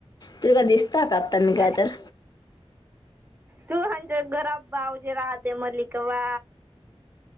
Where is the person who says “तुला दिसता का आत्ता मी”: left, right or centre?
Left